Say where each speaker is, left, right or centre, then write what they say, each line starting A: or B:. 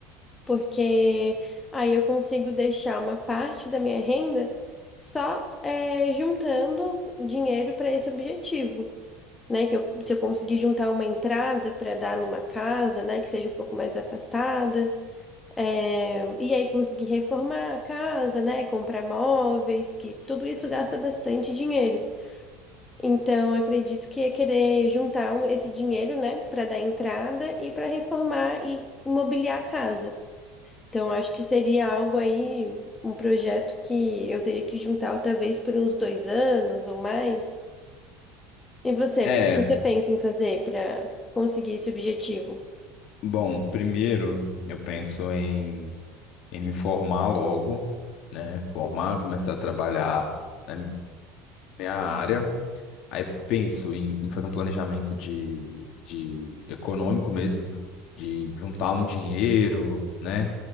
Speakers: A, on the left (about 20°); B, on the left (about 55°).
A: porque aí eu consigo deixar uma parte da minha renda só, é, juntando dinheiro para esse objetivo. né? Que eu, se eu conseguir juntar uma entrada para dar numa casa, né? Que seja um pouco mais afastada. é, e aí conseguir reformar a casa, né? Comprar móveis, que tudo isso gasta bastante dinheiro. Então, eu acredito que é querer juntar um- esse dinheiro, né? Para dar entrada e para reformar e mobiliar a casa. Então, eu acho que seria algo aí, um projeto que eu teria que juntar talvez por uns dois anos ou mais. E você,
B: é
A: o que que você pensa em fazer para conseguir esse objetivo?
B: Bom, primeiro eu penso em, em me formar logo, né? Formar, começar a trabalhar na minha área. Aí penso em, em fazer um planejamento de, de econômico mesmo, de juntar um dinheiro, né?